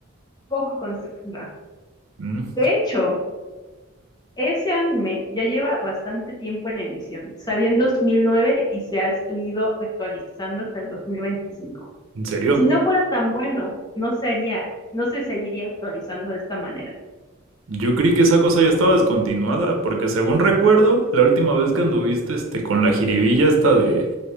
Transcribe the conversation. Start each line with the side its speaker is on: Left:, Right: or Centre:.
Left: poco constructiva.
Right: ¿Mm?
Left: De hecho, ese anime ya lleva bastante tiempo en emisión. Salió en 2009 y se ha ido actualizando hasta el 2025.
Right: ¿En serio?
Left: Si no fuera tan bueno, no sería, no se seguiría actualizando de esta manera.
Right: Yo creí que esa cosa ya estaba descontinuada, porque según recuerdo, la última vez que anduviste este, con la jiribilla esta de,